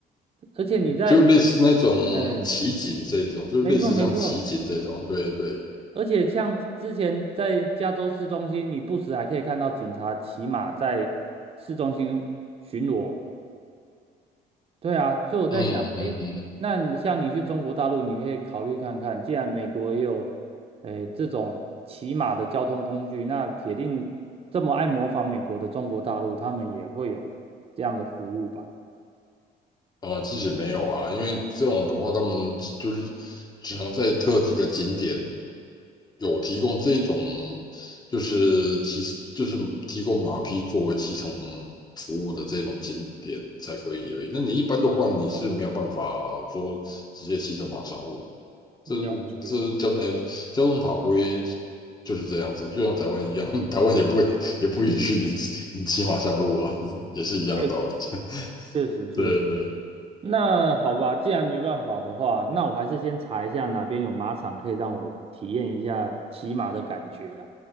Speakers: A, on the right; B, on the left.
A: 而且你在
B: 就类似那种奇景这种，
A: 嗯。
B: 就类似像奇景这种，
A: 没错没错，
B: 对对，
A: 而且像之前在加州市中心，你不时还可以看到警察骑马在市中心巡逻。对啊，所以我在想，
B: 嗯嗯
A: 哎，那你像你去中国大陆，你可以考虑看看，既然美国也有，诶，这种骑马的交通工具，那铁定这么爱模仿美国的中国大陆，他们也会有这样的服务吧？
B: 嗯，呃，其实没有啊，因为这种的话，他们就是只能在特定的景点有提供这一种就是骑就是提供马匹作为骑乘服务的这种景点才可以而已。那你一般的话，你是没有办法说直接骑着马上路的。这这交哎交通法规
A: 嗯了解，
B: 就是这样子，就像台湾一样，<laughs> 台湾也不会也不允许你你骑马上路啊，<laughs> 也是一样的道理。
A: 确实
B: <laughs>
A: 确实确实。
B: 对对，
A: 那好吧，既然没办法的话，那我还是先查一下哪边有马场可以让我体验一下骑马的感觉了，